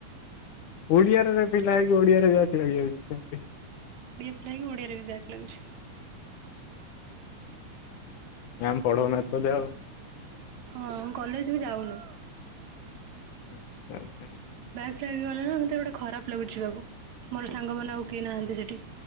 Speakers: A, on the left; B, on the right.
A: ଓଡ଼ିଆରରେ ପିଲା ହେଇକି ଓଡିଆରେ ବ୍ୟାକ୍ ଲଗିଲାଣି। <unintelligible>
B: କାହିଁକି ଓଡ଼ିଆରେ ବି ବ୍ୟାକ୍ ଲାଗୁଛି।
A: ମ୍ୟାମ୍ ପଢଉନାହାତି ବୋଧେ ଆଉ।
B: ହଁ କଲେଜ ବି ଯାଉନି
A: ଆଛା ଆଛା।
B: କାଇ ଗଲେ ନା ମୋତେ ଗୋଟେ ଖରାପ ଲାଗୁଛି ଯିବାକୁ ମୋର ସାଙ୍ଗମାନେ ଆଉ କେହି ନାହାନ୍ତି ସେଠି